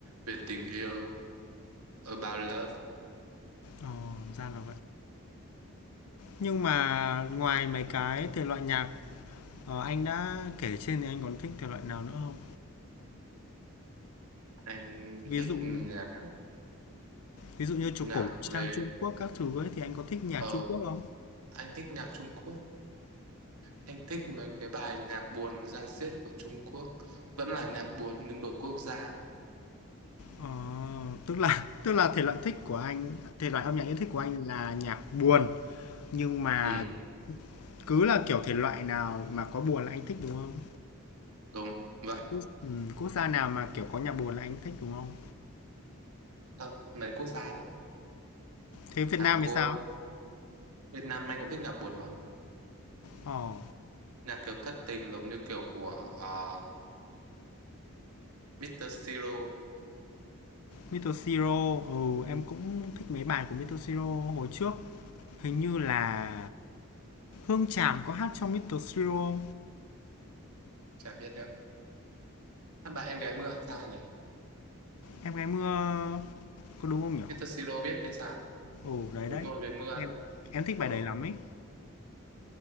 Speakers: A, on the right; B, on the left.
A: về tình yêu about love
B: Ồ, ra là Nhưng mà ngoài mấy cái thể loại nhạc, ờ, anh đã kể trên thì anh còn thích thể loại nào nữa không?
A: anh
B: Ví
A: thích
B: dụ
A: nhạc
B: ví dụ như trù
A: nhạc
B: cổ sang
A: về
B: Trung Quốc các thứ ấy thì anh có thích nhạc
A: ờ
B: Trung Quốc không?
A: anh thích nhạc Trung Quốc anh thích mấy cái bài nhạc buồn da diết của Trung Quốc vẫn là nhạc buồn nhưng đổi quốc gia
B: Ờ, tức là <laughs> tức là thể loại thích của anh, thể loại âm nhạc yêu thích của anh là nhạc buồn, nhưng mà
A: ừ
B: cứ là kiểu thể loại nào mà có buồn là anh thích đúng không?
A: đúng vậy
B: Quốc, ừ, quốc gia nào mà kiểu có nhạc buồn là anh thích đúng không?
A: không mấy quốc gia thôi
B: Thế Việt
A: Hàn
B: Nam
A: Quốc
B: thì sao?
A: Việt Nam anh cũng thích nhạc buồn mà
B: Ờ,
A: nhạc kiểu thất tình giống như kiểu của uh, Mr. Siro
B: Mr. Siro, ừ, em cũng
A: Ừ,
B: thích mấy bài của Mr. Siro hồi trước Hình như là Hương Tràm có hát trong Mr. Siro
A: chả biết nữa hát bài em gái mưa hay sao nhỉ
B: Em gái mưa có đúng không nhỉ?
A: Mr. Siro viết hay sao
B: Ồ đấy
A: đúng
B: đấy.
A: rồi về mưa
B: Em
A: đấy
B: em thích bài
A: ờ
B: đấy lắm ấy.